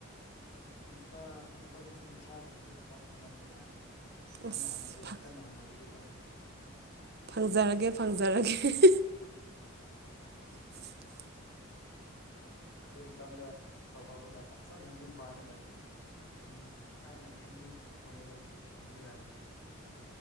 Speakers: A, on the left (about 65°); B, on the right (about 50°).
A: ꯀꯨꯟꯊ꯭ꯔꯥ ꯇꯨ ꯊꯥꯎꯖꯟ ꯀꯨꯟꯊ꯭ꯔꯥ ꯒꯨꯝꯕꯗꯤ ꯊꯕꯛ ꯐꯪꯂꯝꯕ ꯌꯥꯏ꯫ ꯀꯟꯅ
B: ꯑꯁ
A: ꯍꯣꯠꯅꯗ꯭ꯔꯤ ꯀꯟꯅ ꯍꯣꯠꯅꯔꯤꯗꯤꯀꯣ꯫
B: ꯐꯪꯖꯔꯒꯦ ꯐꯪꯖꯔꯒꯦ꯫ <inaudible>
A: ꯑꯗꯨ ꯃꯇꯝꯗ ꯇꯧꯍꯧꯔꯒ ꯆꯞꯅ ꯌꯨꯝ ꯄꯥꯜꯂꯒ ꯅꯨꯡꯉꯥꯏꯅ ꯐꯦꯃꯤꯂꯤ ꯑꯣꯏꯔꯒ ꯌꯦꯡꯕ ꯌꯥꯔꯦ